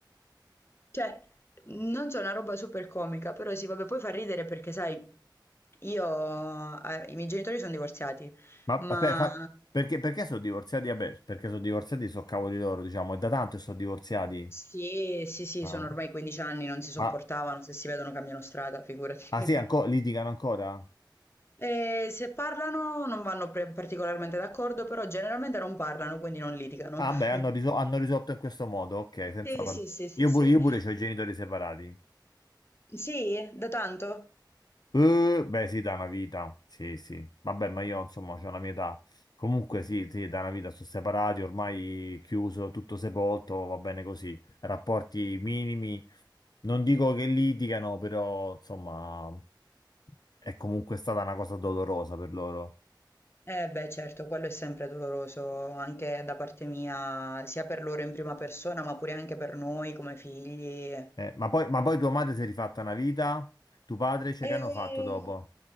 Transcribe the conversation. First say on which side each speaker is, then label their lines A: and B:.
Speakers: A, on the left; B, on the left.
A: Cioè, non so, una roba super comica, però sì, vabbè, poi fa ridere perché, sai, io, eh, i miei genitori sono divorziati,
B: Ma
A: ma
B: aspetta, fa- perché, perché sono divorziati? Vabbè, perché sono divorziati, sono cavoli loro, diciamo. È da tanto che sono divorziati.
A: sì, sì, sì,
B: Ah,
A: sono ormai 15 anni, non si sopportavano,
B: ma
A: se si vedono cambiano strada, figurati.
B: ah, sì, anco-
A: <laughs>
B: litigano ancora?
A: Ehm, se parlano non vanno pre particolarmente d'accordo, però generalmente non parlano, quindi non litigano.
B: Ah,
A: <laughs>
B: beh, hanno, risol- hanno risolto in questo modo, ok, senza
A: Sì,
B: parlare.
A: sì, sì, sì,
B: Io
A: sì.
B: pure, io pure ho i genitori separati.
A: Sì? Da tanto?
B: Eh, beh, sì, da una vita, sì, sì. Vabbè, ma io, insomma, ho la mia età. Comunque, sì, sì, da una vita sono separati, ormai chiuso, tutto sepolto, va bene così. Rapporti minimi, non dico che litigano, però, insomma, è comunque stata una cosa dolorosa per loro.
A: Eh beh, certo, quello è sempre doloroso anche da parte mia, sia per loro in prima persona, ma pure anche per noi come figli.
B: Eh, ma poi, ma poi tua madre si è rifatta una vita, tuo padre, cioè,
A: E
B: che hanno fatto dopo?